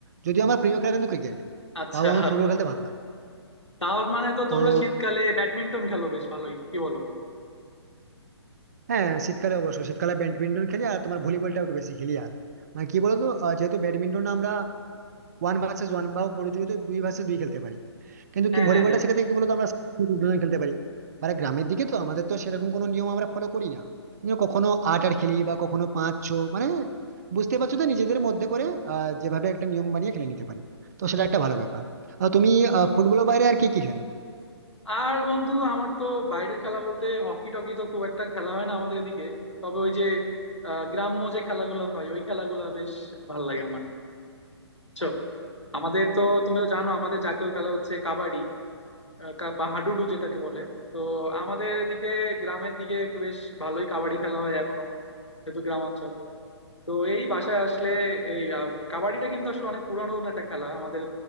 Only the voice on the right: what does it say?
যদিও আমার প্রিয় খেলা কিন্তু ক্রিকেট
তাও আমার ফুটবল খেলতে ভালো লাগে
তো
হ্যাঁ শীতকালে অবশ্যই শীতকালে ব্যাডমিন্টন খেলি আর তোমার ভলিবলটা একটু বেশি খেলি আর মানে কি বলতো আহ, যেহেতু ব্যাডমিন্টন আমরা ওয়ান ভার্সেস ওয়ান বা পরিচিত দুই ভার্সেস দুই খেলতে পারি কিন্তু
কি ভলিবলটা
সেক্ষেত্রে কি বলতো আমরা দুজন খেলতে পারি মানে গ্রামের দিকে তো আমাদের তো সেরকম কোনো নিয়ম আমরা ফলো করি না কিন্তু কখনো আট আট খেলি বা কখনো পাঁচ ছ মানে বুঝতে পারছো তো নিজেদের মধ্যে করে আহ, যেভাবে একটা নিয়ম বানিয়ে খেলে নিতে পারি তো সেটা একটা ভালো ব্যাপার আহ, তুমি আহ, ফুটবলের বাইরে আর কি কি খেলো